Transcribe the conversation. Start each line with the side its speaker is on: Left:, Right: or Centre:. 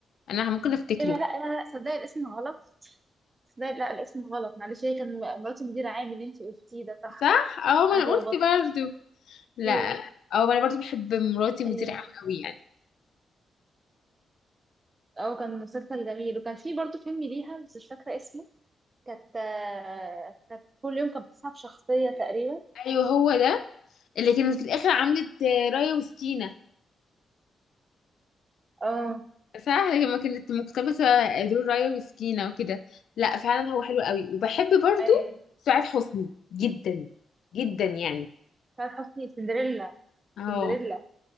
Left: انا ممكن افتكره
Right: إيه ده لا لا لا صدقني الاسم غلط بس ده لا الاسم غلط معلش هي كان مرات المدير عام اللي انت قلتيه ده صح
Left: صح اه ما
Right: انا
Left: انا
Right: اتلخبطت
Left: قلت برضه لا
Right: ايوه
Left: او انا برضو بحب مراتي مدير
Right: ايوه
Left: عام قوي يعني
Right: اه كان مسلسل جميل وكان في برضه فيلم ليها بس مش فاكره اسمه كانت آه، كانت كل يوم كانت بتصحى بشخصيه تقريبا
Left: ايوه هو ده اللي كانت في الاخر عملت آه، رايه وسكينه
Right: اه
Left: صح لما كانت مقتبسه دور رايه وسكينه وكده لا فعلا هو حلو قوي وبحب برضو
Right: ايوه
Left: سعاد حسني جدا جدا يعني
Right: سعاد حسني سندريلا
Left: اه
Right: سندريلا